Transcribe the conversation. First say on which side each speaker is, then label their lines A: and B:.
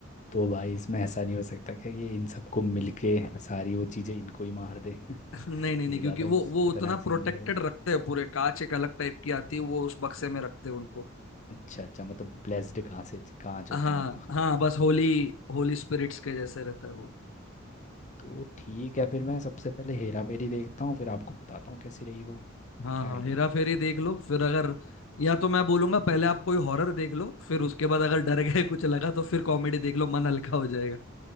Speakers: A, on the left; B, on the left.
A: तो भाई इसमें ऐसा नहीं हो सकता कि ये इन सबको मिलके सारी वो चीज़ें इनको ही मार दें <laughs>
B: नहीं नहीं नहीं
A: ये
B: क्योंकि
A: ज़्यादा
B: वो
A: खतरनाक
B: वो उतना
A: सीन
B: प्रोटेक्टेड
A: नहीं होगा
B: रखते हैं पूरे कांच एक अलग टाइप की आती है वो उस बक्से में रखते हैं उनको
A: अच्छा अच्छा मतलब ब्लेस्ड कहाँ से कहाँ से
B: हाँ
A: होते हैं वो <laughs>
B: हाँ बस होली होली स्पिरिट्स के जैसे रहता है वो
A: तो ठीक है फिर मैं सबसे पहले हेरा फेरी देखता हूँ फिर आपको बताता हूँ कैसी रही वो
B: हाँ
A: क्या
B: हाँ
A: आइडिया
B: हेरा फेरी देख लो फिर अगर या तो मैं बोलूंगा पहले आप कोई हॉरर देख लो फिर उसके बाद अगर डर गए कुछ लगा तो फिर कॉमेडी देख लो मन हल्का हो जाएगा